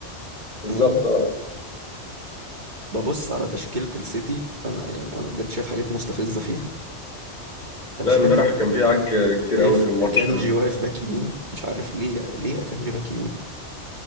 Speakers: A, on the left (about 40°); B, on the right (about 40°).
A: بالظبط
B: امم
A: اه
B: ببص على تشكيلة السيتي انا يعني انا بجد شايف حاجات مستفزة فيها انا
A: لا
B: شايف
A: امبارح كان في عك كتير
B: شايف
A: قوي في الماتش
B: اكانجي واقف باك يمين مش عارف ليه ليه اكانجي باك يمين